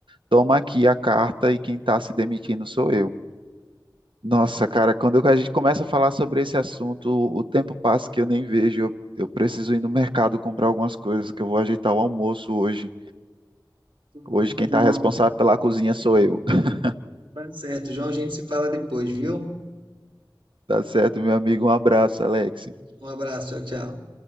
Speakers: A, on the right; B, on the right.
A: toma aqui a carta e quem está se demitindo sou eu. Nossa, cara, quando eu- a gente começa a falar sobre esse assunto, o o tempo passa que eu nem vejo. Eu, eu preciso ir no mercado comprar algumas coisas, que eu vou ajeitar o almoço hoje.
B: Tudo
A: Hoje
B: bem,
A: quem
B: João.
A: está responsável pela cozinha sou eu. <laughs>
B: Tá certo, João, a gente se fala depois, viu?
A: Tá certo, meu amigo? Um abraço, Alex.
B: Um abraço, tchau, tchau.